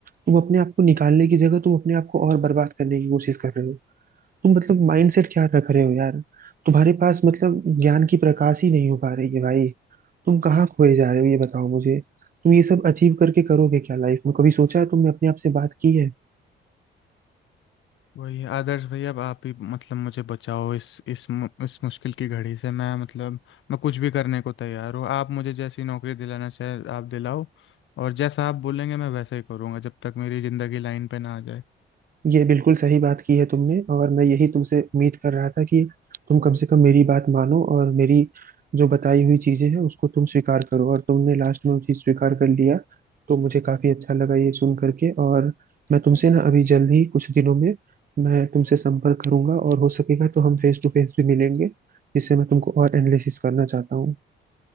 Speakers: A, on the right (about 45°); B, on the left (about 75°).
A: तुम अपने आप को निकालने की जगह तुम अपने आप को और बर्बाद करने की कोशिश कर रहे हो तुम मतलब माइंडसेट क्या रख रहे हो यार तुम्हारे पास मतलब ज्ञान की प्रकाश ही नहीं हो पा रही है भाई तुम कहाँ खोए जा रहे हो ये बताओ मुझे तुम ये सब अचीव करके करोगे क्या लाइफ में कभी सोचा है तुमने अपने आप से बात की है
B: वही आदर्श भैया अब आप ही मतलब मुझे बचाओ इस इस मु- इस मुश्किल की घड़ी से मैं मतलब मैं कुछ भी करने को तैयार हूँ आप मुझे जैसी नौकरी दिलाना चाहे आप दिलाओ और जैसा आप बोलेंगे मैं वैसा ही करूँगा जब तक मेरी ज़िंदगी लाइन पे ना आ जाए
A: ये बिल्कुल सही बात की है तुमने और मैं यही तुमसे उम्मीद कर रहा था कि तुम कम से कम मेरी बात मानो और मेरी जो बताई हुई चीजें हैं उसको तुम स्वीकार करो और तुमने लास्ट में वो चीज स्वीकार कर लिया तो मुझे काफी अच्छा लगा ये सुन करके और मैं तुमसे ना अभी जल्द ही कुछ दिनों में मैं तुमसे संपर्क करूंगा और हो सकेगा तो हम फेस टू फेस भी मिलेंगे जिससे मैं तुमको और एनालिसिस करना चाहता हूँ